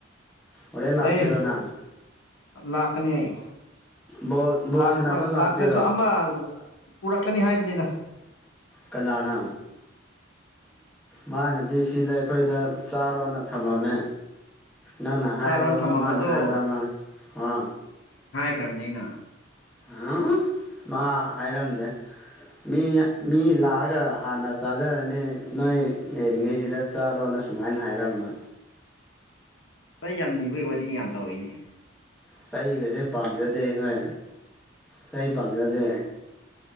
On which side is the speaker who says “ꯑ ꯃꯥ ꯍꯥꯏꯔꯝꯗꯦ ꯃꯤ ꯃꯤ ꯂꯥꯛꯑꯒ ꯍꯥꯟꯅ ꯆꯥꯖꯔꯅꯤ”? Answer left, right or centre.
Centre